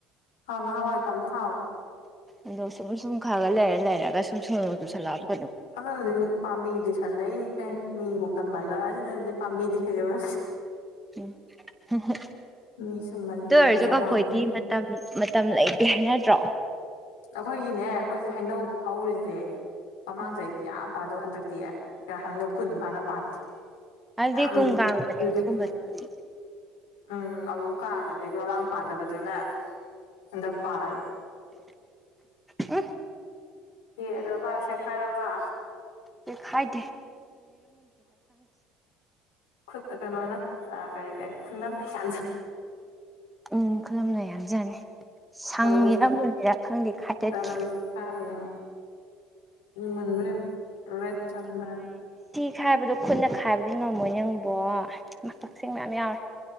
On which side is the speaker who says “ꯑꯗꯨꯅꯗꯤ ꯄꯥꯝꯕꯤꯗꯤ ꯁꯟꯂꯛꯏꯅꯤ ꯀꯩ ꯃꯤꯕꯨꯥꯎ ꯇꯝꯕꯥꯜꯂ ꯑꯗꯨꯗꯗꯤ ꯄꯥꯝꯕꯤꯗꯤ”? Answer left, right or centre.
Left